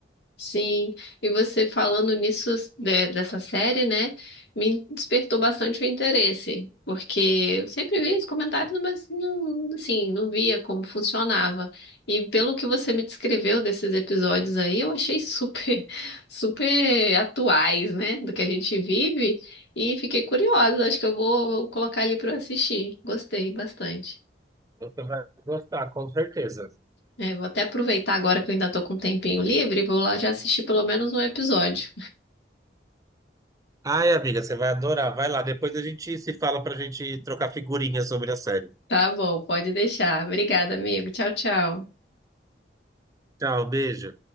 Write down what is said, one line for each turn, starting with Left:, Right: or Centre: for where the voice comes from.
Left: sim. E você falando nisso, de- dessa série, né, me despertou bastante o interesse, porque eu sempre via os comentários, mas não, assim, não via como funcionava. E pelo que você me descreveu desses episódios aí, eu achei <laughs> super, super atuais, né, do que a gente vive, e fiquei curiosa. Acho que eu vou, vou colocar ali para assistir. Gostei bastante.
Right: Você vai gostar, com certeza.
Left: É, vou até aproveitar agora que eu ainda tô com um tempinho livre e vou lá já assistir pelo menos um episódio.
Right: Ai, amiga, você vai adorar. Vai lá, depois a gente se fala pra gente trocar figurinhas sobre a série.
Left: Tá bom, pode deixar. Obrigada, amigo. Tchau, tchau.
Right: Tchau, beijo.